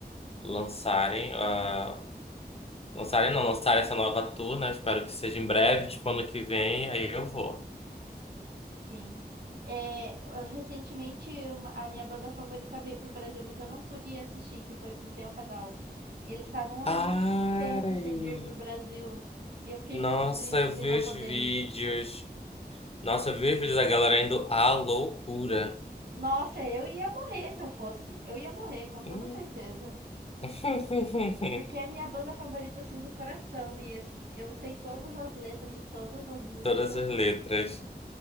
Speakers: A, on the left; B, on the right.
A: lançarem a, lançarem não, lançarem essa nova tour, né? Espero que seja em breve, tipo ano que vem, aí eu vou.
B: Sim. É, recentemente uma- a minha banda favorita veio para o Brasil, mas eu não pude assistir, que foi o System of a Down. E eles estavam há muito
A: Ai,
B: tempo sem vir para o Brasil. E eu fiquei
A: nossa,
B: muito triste
A: eu
B: de
A: vi
B: não
A: os
B: poder
A: vídeos.
B: ir.
A: Nossa, eu vi os vídeos da galera indo à loucura.
B: Nossa, eu ia morrer se eu fosse. Eu ia morrer, com toda
A: Hum.
B: certeza.
A: <laughs>
B: Porque é a minha banda favorita, assim, do coração. E es- eu sei todas as letras de todas as músicas.
A: Todas as letras.